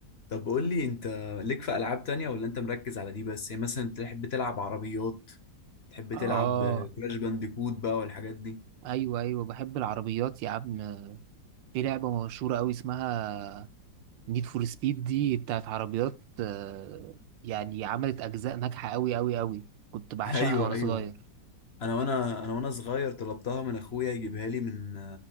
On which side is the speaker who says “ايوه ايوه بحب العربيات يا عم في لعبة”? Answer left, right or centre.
Right